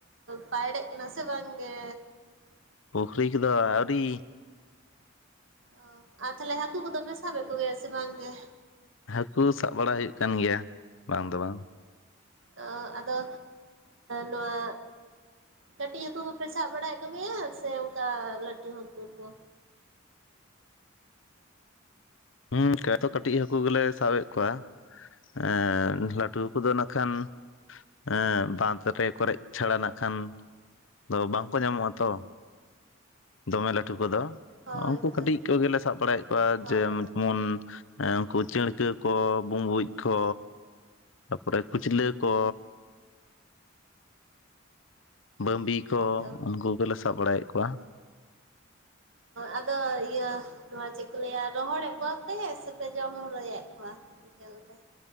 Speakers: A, on the right; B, on the left.
A: ᱯᱟᱭᱲᱮᱜ ᱠᱟᱱᱟ ᱥᱮ ᱵᱟᱝᱜᱮ
B: ᱯᱩᱠᱷᱨᱤ ᱠᱚᱫᱚ ᱟᱹᱣᱨᱤ
A: ᱚ ᱟᱨ ᱛᱷᱟᱦᱞᱮ ᱦᱟᱹᱠᱩ ᱠᱚᱫᱚᱯᱮ ᱥᱟᱵᱮᱫ ᱠᱚᱜᱮᱭᱟ ᱥᱮ ᱵᱟᱝᱜᱮ
B: ᱦᱟᱹᱠᱩ ᱥᱟᱵ ᱵᱟᱲᱟ ᱦᱩᱭᱩᱜ ᱠᱟᱱ ᱜᱮᱭᱟ ᱵᱟᱝ ᱫᱚ ᱵᱟᱝ
A: ᱚ ᱟᱫᱚ ᱱᱚᱣᱟᱼᱼ ᱠᱟᱹᱴᱤᱡ ᱦᱟᱹᱠᱩ ᱠᱚᱯᱮ ᱥᱟᱵ ᱵᱟᱲᱟᱭᱮᱜ ᱠᱚᱜᱮᱭᱟ ᱥᱮ ᱚᱝᱠᱟ ᱞᱟᱴᱩ ᱦᱟᱹᱠᱩ ᱠᱚ?
B: ᱦᱩᱸ ᱠᱚ ᱛᱚ ᱠᱟᱹᱴᱤᱡ ᱦᱟᱹᱠᱩ ᱜᱮᱞᱮ ᱥᱟᱵᱮᱫ ᱠᱚᱣᱟ᱾ ᱮᱸ ᱞᱟᱹᱴᱩ ᱠᱚ ᱫᱚ ᱱᱟᱠᱷᱟᱱᱼᱼ ᱮᱸ ᱵᱟᱸᱫᱷ ᱨᱮ ᱠᱚᱨᱮᱡ ᱪᱷᱟᱲᱟ ᱱᱟᱜ ᱠᱷᱟᱱ ᱫᱚ ᱵᱟᱝᱠᱚ ᱧᱟᱢᱚᱜ-ᱟ ᱛᱚ ᱫᱚᱢᱮ ᱞᱟᱹᱴᱩ ᱠᱚᱫᱚ᱾
A: ᱦᱳᱭ
B: ᱩᱝᱠᱩ
A: ᱦᱳᱭ
B: ᱠᱟᱹᱴᱤᱡ ᱠᱚᱜᱮᱞᱮ ᱥᱟᱵ ᱵᱟᱲᱟᱭᱮᱫ ᱠᱚᱣᱟ
A: ᱦᱳᱭ
B: ᱡᱮ ᱢᱚᱱ ᱩᱝᱠᱩ ᱪᱟᱹᱬᱠᱟᱹ ᱠᱚ ᱵᱩᱸᱵᱩᱡ ᱠᱚ ᱛᱟᱯᱚᱨᱮ ᱠᱩᱪᱞᱟᱹ ᱠᱚ ᱵᱟᱸᱵᱤ ᱠᱚ
A: ᱦᱳᱭᱛᱚ
B: ᱩᱱᱠᱩ ᱠᱚᱞᱮ ᱥᱟᱵ ᱵᱟᱲᱟᱭᱮᱫ ᱠᱚᱣᱟ᱾
A: ᱟᱫᱚ ᱤᱭᱟᱹ ᱱᱚᱣᱟ ᱪᱮᱫ ᱠᱚ ᱞᱟᱹᱭᱟ ᱨᱚᱦᱚᱲᱮᱫ ᱠᱚᱣᱟᱯᱮ ᱥᱮᱯᱮ ᱡᱚᱢ ᱦᱨᱟᱭᱮᱫ ᱠᱚᱣᱟ? ᱮᱠᱟᱞ ᱛᱮ᱾